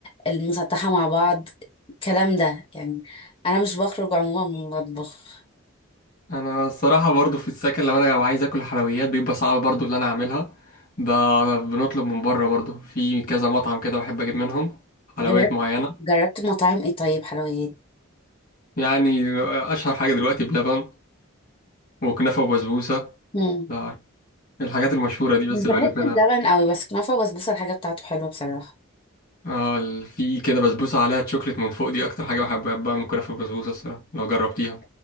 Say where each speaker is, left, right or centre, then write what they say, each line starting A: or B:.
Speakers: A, on the left (about 25°); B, on the left (about 40°).
A: المسطحه مع بعض الكلام ده يعني انا مش بخرج عموما من المطبخ
B: <laughs> انا الصراحه برضو في السكن لو انا عايز اكل حلويات بيبقى صعب برضو اللي انا اعملها ب... بنطلب من بره برضو في كذا مطعم كده بحب اجيب منهم حلويات
A: جربت
B: معينه
A: جربت مطاعم ايه طيب حلويات
B: يعني اشهر حاجه دلوقتي بلبن وكنافه وبسبوسه
A: مم.
B: ده عارف. الحاجات المشهوره دي بس
A: مش
B: اللي
A: بحس
B: بجيب منها
A: بلبن قوي بس كنافه وبسبوسه الحاجه بتاعته حلوه بصراحه
B: اه ال- في كده بسبوسه عليها تشوكليت من فوق دي اكتر حاجه بحب بحبها بقى من كنافه وبسبوسه الصراحه لو جربتيها